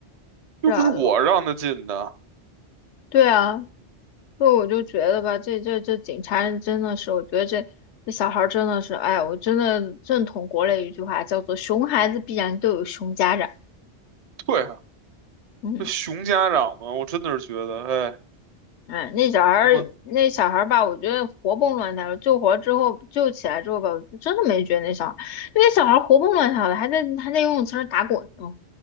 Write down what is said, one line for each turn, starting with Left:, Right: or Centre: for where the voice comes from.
Right: 又不是我让他进的。
Left: 是啊，对啊，所以我就觉得吧，这这这警察人真的是，我觉得这这小孩儿真的是，哎，我真的认同国内一句话，叫做“熊孩子必然都有熊家长”。
Right: 对啊，
Left: 嗯，
Right: 这熊家长嘛，我真的是觉得，哎，
Left: 哎，那小孩儿那小孩儿吧，
Right: 我
Left: 我觉得活蹦乱跳的，救活之后救起来之后吧，我就真的没觉得那小孩儿，那小孩儿活蹦乱跳的，还在还在游泳池上打滚呢。